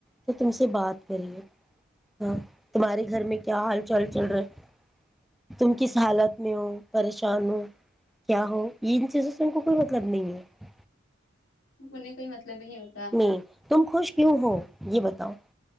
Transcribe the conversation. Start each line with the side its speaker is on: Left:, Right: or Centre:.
Centre: تو تم سے بات کریے ہاں تمہارے گھر میں کیا حال چال چل رہا ہے تم کس حالت میں ہو پریشان ہو کیا ہو یہ ان چیزوں سے ان کو کوئی مطلب نہیں ہے
Left: انہیں کوئی مطلب ہی نہیں ہوتا
Centre: نہیں تم خوش کیوں ہو یہ بتاؤ